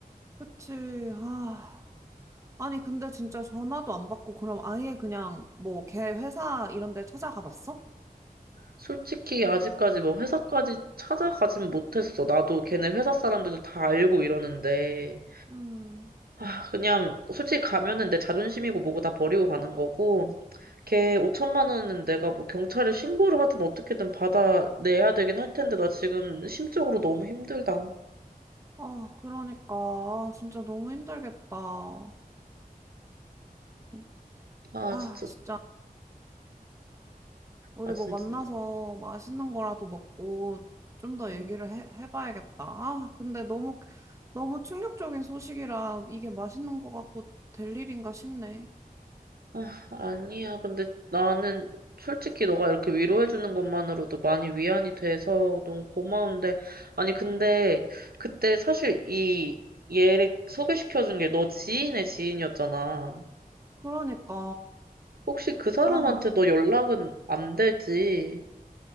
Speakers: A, on the right; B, on the right.
A: 그치. 아. 아니, 근데 진짜 전화도 안 받고, 그럼 아예 그냥 뭐 걔 회사 이런 데 찾아가 봤어?
B: 솔직히 아직까지 뭐 회사까지 찾아가진 못했어. 나도 걔네 회사 사람들도 다 알고 이러는데.
A: 음.
B: 아, 그냥 솔직히 가면은 내 자존심이고 뭐고 다 버리고 가는 거고. 걔 5천만 원은 내가 뭐 경찰에 신고를 하든 어떻게든 받아내야 되긴 할 텐데 나 지금 심적으로 너무 힘들다.
A: 아, 그러니까. 아, 진짜 너무 힘들겠다. 아, 음,
B: 아,
A: 아,
B: 진짜.
A: 진짜. 우리
B: 아, 진짜.
A: 뭐 만나서 맛있는 거라도 먹고 좀 더
B: 네.
A: 얘기를 해, 해봐야겠다. 아, 근데 너무, 너무 충격적인 소식이라 이게 맛있는 거 같고 될 일인가 싶네.
B: 아, 아니야. 근데 나는 솔직히 너가 이렇게 위로해주는 것만으로도 많이 위안이 돼서 너무 고마운데. 아니, 근데 그때 사실 이 얘를 소개시켜준 게 너 지인의 지인이었잖아.
A: 그러니까.
B: 혹시 그 사람한테
A: 아.
B: 너 연락은 안 되지?